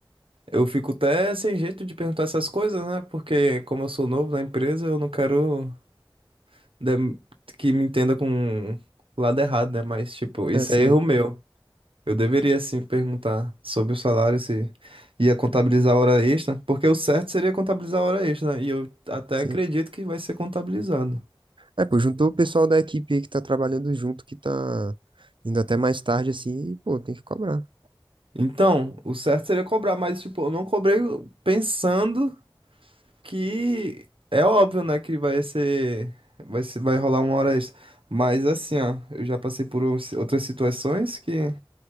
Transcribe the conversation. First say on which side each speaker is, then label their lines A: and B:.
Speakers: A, on the right (about 80°); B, on the right (about 65°).
A: Eu fico até sem jeito de perguntar essas coisas, né? Porque como eu sou novo na empresa, eu não quero da- que me entenda com o lado errado, né? Mas, tipo, isso
B: É, sim,
A: é erro meu. Eu deveria, sim, perguntar sobre o salário, se ia contabilizar a hora extra, porque o certo seria contabilizar a hora extra, né? E eu até
B: sim.
A: acredito que vai ser contabilizado.
B: É, pô, juntou o pessoal da equipe aí que tá trabalhando junto, que tá indo até mais tarde, assim, e, pô, tem que cobrar.
A: Então, o certo seria cobrar, mas, tipo, eu não cobrei pensando que é óbvio, né, que vai ser, vai ser, vai rolar uma hora extra. Mas, assim, ó, eu já passei por uns- outras situações que